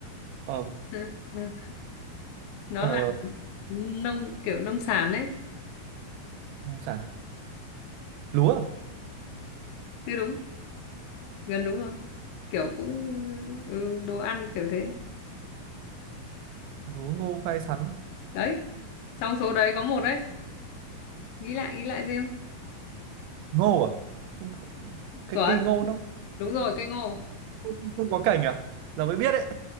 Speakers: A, on the right; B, on the left.
A: ờ
B: Ừ, ừ, ừ. nó
A: ờ
B: là nông kiểu nông sản đấy
A: nông sản lúa à?
B: chứ đúng gần đúng rồi kiểu cũng ừ, đồ ăn kiểu thế
A: lúa ngô khoai sắn
B: đấy trong số đấy có một đấy nghĩ lại nghĩ lại riêng
A: ngô à Không- không- cái
B: chuẩn
A: cây ngô nó
B: đúng rồi cây ngô
A: không, không có cành à giờ mới biết đấy